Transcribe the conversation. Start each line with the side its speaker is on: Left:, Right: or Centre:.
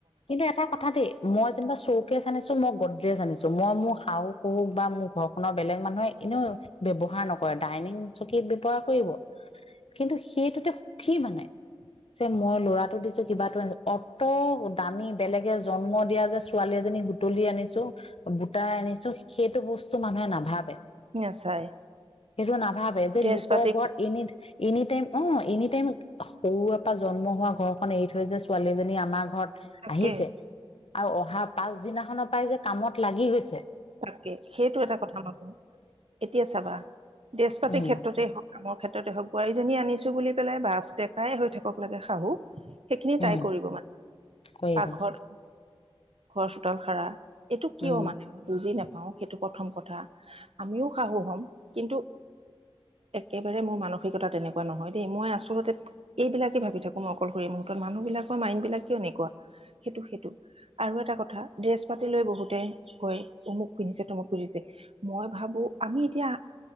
Left: কিন্তু এটা কথা দেই। মই যেনিবা চৌকেচ জানিছো মই গদ্ৰেছ জানিছো, মই মোৰ শাহু সহু বা মোৰ ঘৰখনৰ বেলেগ মানুহে এনেও ব্যৱহাৰ নকৰে ডাইনিং চকী ব্যৱহাৰ কৰিব। কিন্তু সেইটোতে সুখী মানে, যে মই ল'ৰাটো দি তো কিবাটো আনিলোঁ, অত দামী বেলেগে জন্ম দিয়া যে ছোৱালী এজনী বুটলি আনিছো। বুটাই আনিছো‌, সেইটো বস্তু মানুহে নাভাবে।
Right: নাচাই
Left: সেইটো ত নাভাবে যে
Right: ড্ৰেছ
Left: লোক
Right: পাতি
Left: ঘৰত এনি, এনি টাইম। অঁ এনি টাইম সৰুৰে পা জন্ম হোৱা ঘৰখন এৰি থৈ যে ছোৱালী এজনী আমাৰ ঘৰত
Right: তাকে
Left: আহিছে আৰু অহাৰ পাছ দিনাখনৰ পৰাই যে কামত লাগি গৈছে
Right: তাকে সেইটো এটা কথা উলাব এতিয়া চাবা ড্ৰেছ পাতিৰ
Left: উম
Right: ক্ষেত্ৰতে হওঁক কামৰ ক্ষেত্ৰত হওক, বোৱাৰীজনী আনিছো বুলি পেলাই বাছটেকাই হৈ থাকক লাগে শাহু সেইখিনি
Left: উম
Right: তাই কৰিব মানে,
Left: কৰিব
Right: পাকঘৰত, ঘৰ চোতাল সাৰা। এইটো কিয়
Left: উম
Right: মানে মই বুজি নাপাওঁ সেইটো প্ৰথম কথা, আমিও শাহু হ'ম কিন্তু একেবাৰে মোৰ মানসিকতা তেনেকুৱা নহয় দেই, মই আচলতে এইবিলাকে ভাবি থাকোঁ মই অকলশৰীয়া মুহূৰ্তত, মানুহবিলাকৰ মাইণ্ডবিলাক কিয় এনেকুৱা। সেইটো সেইটো আৰু এটা কথা ড্ৰেছ পাতি লৈ বহুতে কয়। অমুক পিন্ধিছে তমুক পুন্ধিছে মই ভাবো আমি এতিয়া